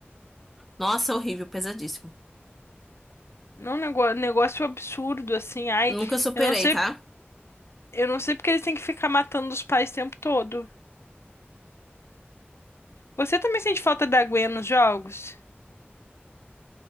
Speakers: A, in the centre; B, on the left (about 85°).
A: Nossa, horrível, pesadíssimo.
B: Não, negócio, negócio absurdo, assim. Ai,
A: Nunca superei,
B: eu não sei,
A: tá?
B: eu não sei porque eles têm que ficar matando os pais o tempo todo. Você também sente falta da Gwen nos jogos?